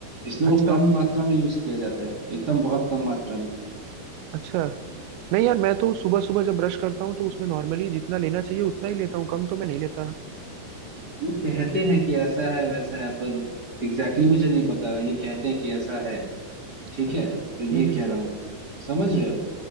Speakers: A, on the right; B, on the right.
A: इसलिए वो
B: अच्छा
A: कम मात्रा में यूज किया जाता है एकदम बहुत कम मात्रा में
B: अच्छा नहीं यार मैं तो सुबह सुबह जब ब्रश करता हूँ तो उसमें नॉर्मली जितना लेना चाहिए उतना ही लेता हूँ कम तो मैं नहीं लेता
A: ये कहते हैं कि ऐसा है वैसा है पर एग्जैक्टली exactly मुझे नहीं पता ये कहते हैं कि ऐसा है ठीक
B: अच्छा
A: है
B: हम्म
A: तो ये
B: हम्म,
A: कह रहा हूँ समझ रहे हो